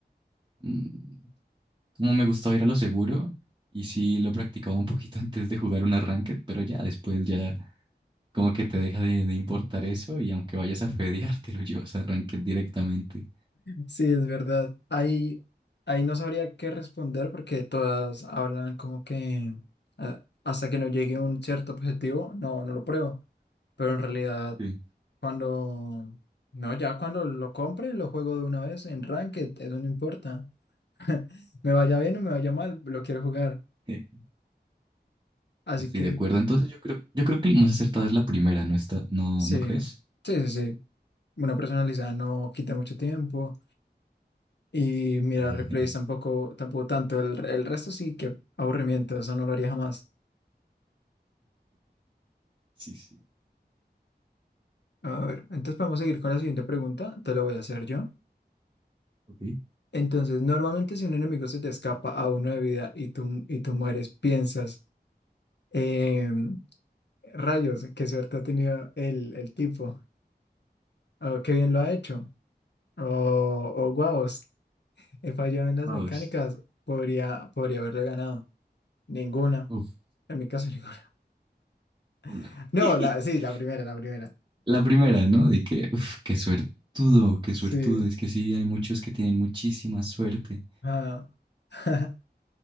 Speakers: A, on the right; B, on the left.
A: mm, como me gustaba ir a lo seguro y sí lo practicaba un poquito <laughs> antes de jugar un ranked, pero ya después ya como que te deja de, de importar eso y aunque vayas a fedear, <laughs> te lo llevas a ranked directamente.
B: Sí, es verdad. Ahí, ahí no sabría qué responder porque todas hablan como que ah, hasta que no llegue a un cierto objetivo, no, no lo pruebo. Pero en realidad,
A: Sí.
B: cuando, no, ya cuando lo compre, lo juego de una vez en Ranked, eso no importa. <laughs> Me vaya bien o me vaya mal, lo quiero jugar.
A: <laughs>
B: Así
A: Estoy
B: que
A: de acuerdo. Entonces yo creo, yo creo que la más acertada es la primera, ¿no está? ¿No,
B: sí,
A: no crees?
B: sí, sí, sí. Una personalizada no quita mucho tiempo. Y mirar
A: <laughs>
B: replays tampoco, tampoco tanto. El, el resto sí, que aburrimiento, eso no lo haría jamás.
A: Sí, sí.
B: A ver, entonces podemos seguir con la siguiente pregunta, te la voy a hacer yo.
A: Ok.
B: Entonces, normalmente si un enemigo se te escapa a uno de vida y tú, y tú mueres, piensas, em, rayos, qué suerte ha tenido el, el tipo, o qué bien lo ha hecho, o, o guau, he fallado en las
A: Vamos.
B: mecánicas, podría, podría haberle ganado. Ninguna.
A: Uf.
B: En mi caso, ninguna.
A: <laughs>
B: <laughs> No, la, sí, la primera, la primera.
A: La primera, ¿no? De que, uf, qué suertudo, qué
B: Sí.
A: suertudo. Es que sí, hay muchos que tienen muchísima suerte.
B: Ah. <laughs>